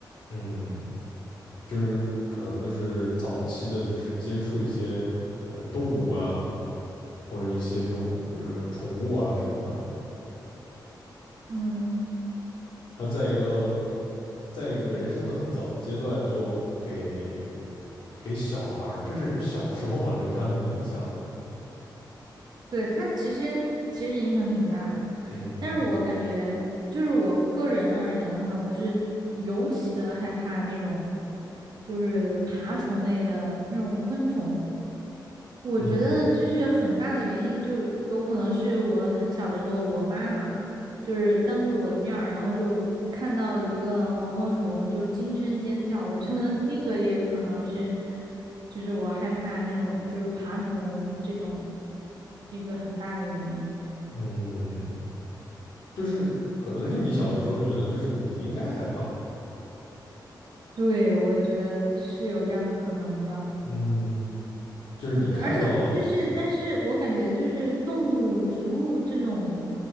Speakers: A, on the left (about 80°); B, on the right (about 60°).
A: 嗯，就是可能就是早期的，就是接触一些呃动物啊，或者一些这种呃宠物啊什么的，
B: 嗯。
A: 他在一个在一个人生的很早的阶段就给给小孩儿，就是小时候嘛留下那种印象啊。
B: 对，它其实其实影响挺大的，
A: 嗯
B: 但是我感觉就是我个人而言的话，我是尤其的害怕那种就是爬虫类的那种昆虫。我觉得就是很大的原因，
A: 嗯
B: 就有可能是我很小的时候，我妈妈。就是当着我的面儿，然后就看到一个毛毛虫，就是惊声尖叫。我觉得那个也可能是，就是我害怕那种就是爬虫这种一个很大的原因。
A: 嗯，就是可能是你小的时候觉得就是你应该害怕，
B: 对，我也觉得是有这样的可能的。
A: 嗯，就是你看到了，
B: 对，而且就是，但是我感觉就是动物、植物这种，